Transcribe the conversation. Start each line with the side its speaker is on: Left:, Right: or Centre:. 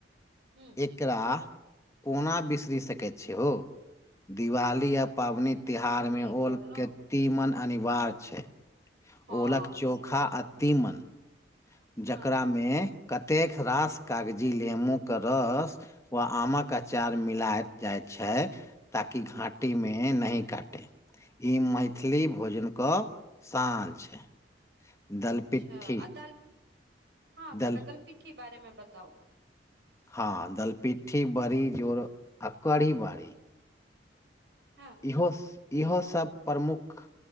Right: हू
Left: एकरा कोना बिसरी सकै छी। हो दिवाली आ पाबनि तिहारमे
Right: सही कहलौं
Left: ओलके तीमन अनिवार्य छै।
Right: हँ
Left: ओलक चोखा आ तीमन। जकरामे
Right: हँ
Left: कतेक रास कागजी नेेमू के रस वा आमक अचार मिलााय जाइ छै। ताकि घाटी
Right: हँ
Left: मे नहि काटे। ई मैथिली भोजन कऽ शान छै। दलपिट्ठी।
Right: अच्छा आ दाल हँ
Left: दल
Right: काका दलपिठ्ठी बारे मे बताउ।
Left: हँ दल पिट्ठी बड़ी जोर आ कढ़ी बरीी।
Right: हँ।
Left: इहो इहो सब प्रमुख